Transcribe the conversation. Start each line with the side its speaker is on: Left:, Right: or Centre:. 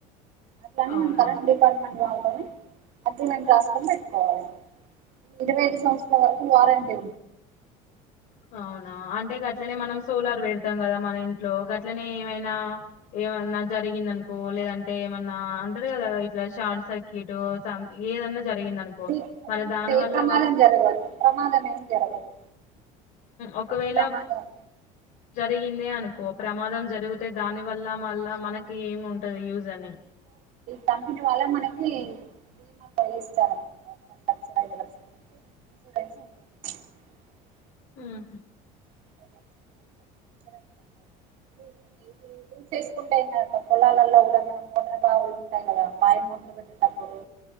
Right: అట్లానే
Left: అవునా
Right: మనం కరెంట్ డిపార్ట్మెంట్ వాళ్ళతోనే అగ్రిమెంట్ రాసుకని పెట్టుకోవాలి ఇరవై ఐదు సంవత్సర వరకు వరంటి
Left: అవునా అంటే గట్లనే మనం సోలార్ పెడతాం కదా మన ఇంట్లో గట్లనే ఏమైనా ఏమ జరిగిందనుకో లేదంటే ఏమన్నా అంటారు కదా ఇట్లా షార్ట్ సర్క్యూట్ ఏదన్న జరిగింది అనుకో
Right: దీ
Left: మరి
Right: దీనివల్ల
Left: దానివల్ల
Right: ఏ ప్రమాదం జరగదు ప్రమాదం ఏం జరగదు
Left: ఒకవేళ
Right: అలాంటి ప్రమాదాలు
Left: జరిగిందే అనుకో ప్రమాదం జరిగితే దాని వల్ల మళ్ళా మనకి ఏమి ఉంటది యూజ్ అని
Right: కంపినీ వాళ్ళ మన <unintelligible> <unintelligible>
Left: ఉహు
Right: <unintelligible> చేసుకుంటే ఏం <unintelligible> కూడా మన మోటర్ బావులు ఉంటాయి కదా మాయ మోటర్ పెట్టేటప్పుడు